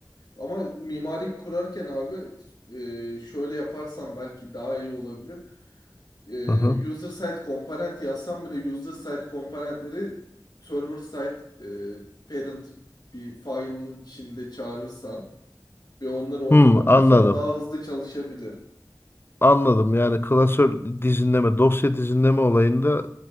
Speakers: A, on the left (about 55°); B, on the left (about 30°).
A: Ama mimari kurarken abi e, şöyle yaparsan belki daha iyi olabilir. e,
B: Hı hı.
A: user side komponent yazsam bile user side komponentleri server side e, parent bir file'ın içinde çağırırsan ve onları oradan
B: Hmm,
A: okursan
B: anladım.
A: daha hızlı çalışabilir.
B: Anladım. Yani klasör dizinleme, dosya dizinleme olayında